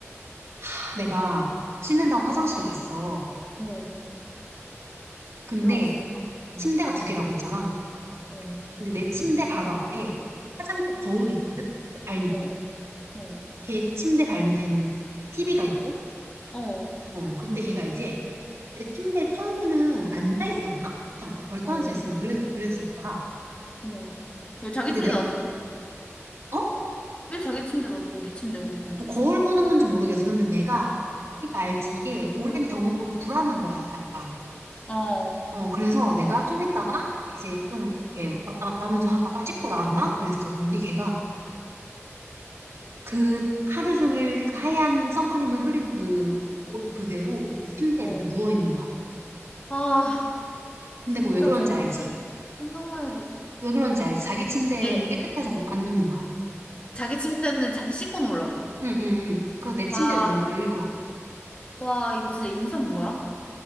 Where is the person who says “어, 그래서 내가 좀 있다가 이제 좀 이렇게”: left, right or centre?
Right